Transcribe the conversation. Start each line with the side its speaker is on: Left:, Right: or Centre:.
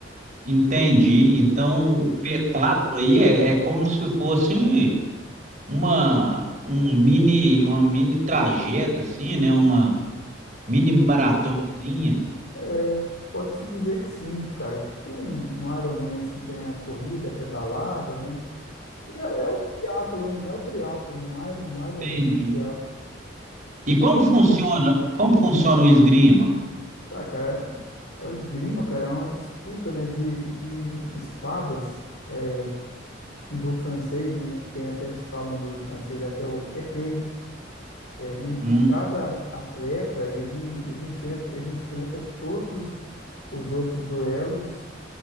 Right: entendi.
Left: É,
Right: Então, o petáculo aí é, é como se fosse uma um mini uma mini trajeta assim, né? Uma mini maratonazinha.
Left: é, é, pode-se dizer que sim, cara. Tipo um, um Iron Man, assim, tem a corrida, a pedalada, né? É, é o triatlo, né? É o triatlo. Um Iron, um Iron
Right: Entendi.
Left: Man é um triatlo.
Right: E como funciona? Como funciona o esgrima?
Left: Tá, cara, é, é o esgrima, cara. É uma disputa, né, de, de espadas é, do francês, né? Tem até, se falam do francês aqui, é o épée, é, em que
Right: Hum,
Left: cada atleta, ele, ele enfrenta, ele enfrenta todos os os outros duelos